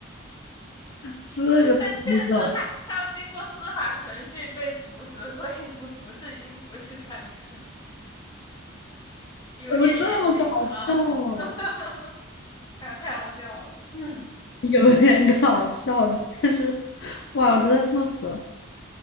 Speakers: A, on the left; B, on the left.
A: 这个太离谱了，
B: 但确实他他要经过司法程序被处死，所以说不是因不是他一个人有点严谨了啊！
A: 怎么这么搞笑啊？
B: <laughs> 哎呀，太好笑了，嗯，
A: <laughs> 有点搞笑的，
B: 这
A: 但是哇，我真的笑死了。